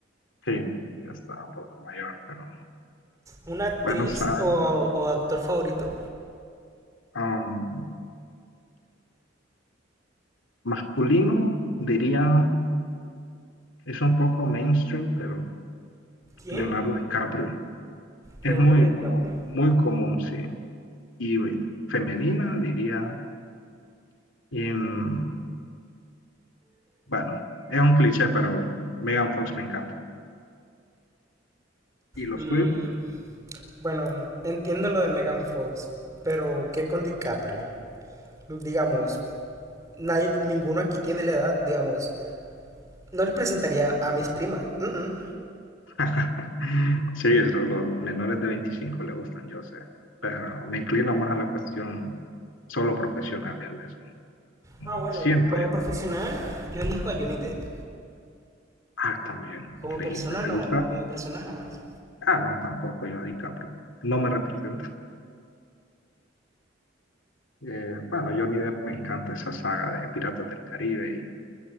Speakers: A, on the left; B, on the right.
A: Sí, ya está un poco mayor, pero
B: ¿Una actriz
A: bueno, ¿sabes?
B: o, o actor favorito?
A: Um, masculino, diría, es un poco mainstream, pero
B: ¿Quién?
A: Leonardo DiCaprio. Es
B: Leonardo
A: muy
B: DiCaprio.
A: como, muy común, sí. Y eh, femenina, diría, em, bueno, es un cliché, pero Megan Fox me encanta. ¿Y los
B: Mm,
A: tuyos?
B: bueno, entiendo lo de Megan Fox, pero ¿qué con DiCaprio? Digamos, nadie, ninguno aquí tiene la edad, digamos. No le presentaría a mis primas. mm, mm.
A: <laughs> Sí, eso, los menores de 25 le gustan, yo sé. Pero me inclino más a la cuestión solo profesional. Él es un, un-
B: Ah, bueno,
A: siento
B: como
A: yo
B: profesional, yo elijo a Johnny Depp.
A: Ah, también,
B: Como
A: increíble.
B: persona no,
A: ¿Te gusta?
B: como persona jamás.
A: Ah, no, tampoco yo a DiCaprio. No me representa. Eh, bueno, Johnny Depp me encanta esa saga de Piratas del Caribe y